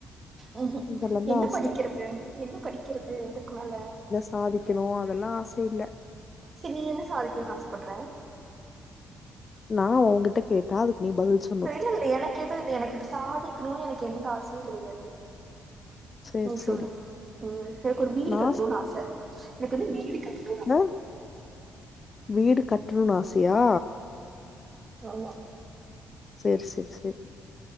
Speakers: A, on the right (about 35°); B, on the left (about 35°).
A: ம் ஹும்
B: இதெல்லா
A: என்ன
B: தா ஆச
A: படிக்கர்த்து என்ன படிக்கர்த்து இதுக்கு மேல
B: சாதிக்கணூ அதெல்லா ஆச இல்ல
A: செரி என்ன சாதிக்கனூ ஆசப்பட்ற
B: நா ஒங்கிட்ட கேட்டா அதுக்கு நீ பதில் சொல்
A: தெரியில்ல எனக்கு எதுவ் இல்ல எனக்கு இது சாதிக்கனூ எனக்கு எந்த ஆசையூ கிடையாது
B: சேரி
A: நீ சொல்லு
B: சேரி
A: ம் எனக்கு ஒரு வீடு
B: நா
A: கட்னோனு ஆச எனக்கு வந்து வீடு கட்னோ
B: னா வீடு கட்னுன்னு ஆசய்யா
A: ஆமா
B: செர் செர் செரி